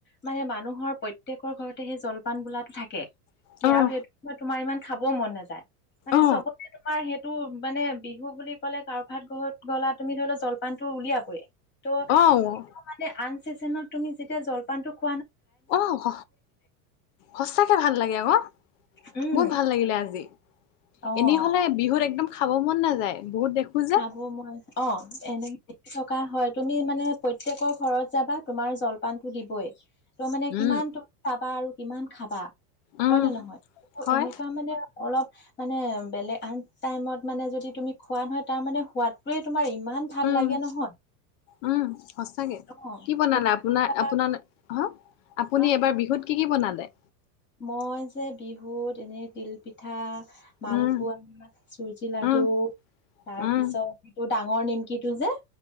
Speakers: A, on the left; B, on the left.
A: মানে মানুহৰ প্ৰত্যেকৰ ঘৰতে সেই জলপান বোলাটো থাকে
B: উম
A: আৰু সেইটো তোমাৰ ইমান খাব মন নাযায় মানে
B: অ
A: চবতে তোমাৰ সেইটো মানে বিহু বুলি ক'লে কাৰোবা ঘৰত গলা, তুমি ধৰি লোৱা জলপানটো উলিয়াবই। ত'
B: অ
A: সেইটো
B: অ
A: টো মানে আন চিজনত তুমি যেতিয়া জলপানটো খো-
B: অহ সচাকে ভাল লাগে আক।
A: উম,
B: বহুত ভাল লাগিলে আজি
A: অ'।
B: এনেই হলে বিহুত একদম। খাব মন নাযায় বহুত দেখো যে
A: খাব মই অ এনে থকা হয়। তুমি মানে প্ৰত্যেকৰ ঘৰত যাবা তোমাৰ জলপানতো দিবই। তই মানে
B: উম
A: কিমান তম চাবা আৰু কিমান খাবা।
B: উম
A: হয় নে নহয়?
B: হয়
A: এনেকুৱা মানে অলপ, মানে বেলেগ আন টাইমত মানে যদি তুমি খোৱা নহয় তাৰ মানে সোৱাদটোয়ে তোমাৰ ইম- ইমান ভাল
B: উম
A: লাগে নহয়।
B: উম সচাকে
A: অ
B: কি বনালা,
A: এতিয়া
B: আপোনাৰ আপোনাল হ। আপুনি
A: কি
B: এবাৰ বিহুত কি কি বনালে?
A: মই যে বিহুত এনেই তিলপিঠা। মালপোৱা,
B: উম
A: চুজি লাডু
B: উম
A: তাৰপিছত
B: উম
A: সেইটো ডাঙৰ ডাঙৰ নিমকিটো যে